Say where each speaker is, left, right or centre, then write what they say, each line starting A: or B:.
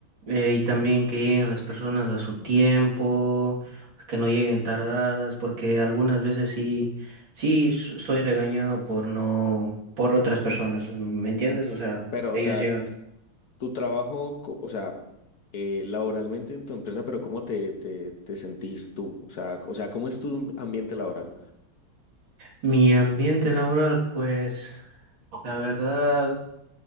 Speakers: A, on the right (about 70°); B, on the left (about 50°).
A: eh, y también que lleguen las personas a su tiempo, que no lleguen tardadas, porque algunas veces sí, sí s- soy regañado por no, por otras personas, ¿me entiendes? O sea,
B: Pero,
A: ellos
B: o sea,
A: llegan.
B: tu trabajo, co- o sea, eh, laboralmente en tu empresa, pero ¿cómo te, te, te sentís tú? O sea, o sea, ¿cómo es tu amb- ambiente laboral?
A: Mi ambiente laboral, pues, la verdad,